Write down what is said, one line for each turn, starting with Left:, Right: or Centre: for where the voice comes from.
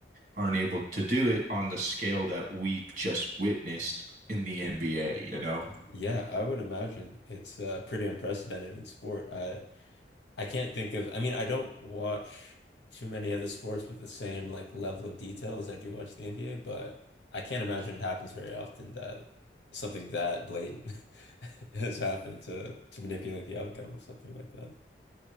Right: aren't able to do it on the scale that we just witnessed in the NBA, you know?
Left: Yeah, I would imagine it's uh pretty unprecedented in sport. I I can't think of I mean I don't watch too many other sports with the same like level of detail as I do watch the NBA, but I can't imagine it happens very often that something that blatant <laughs> has happened to to manipulate the outcome of something like that.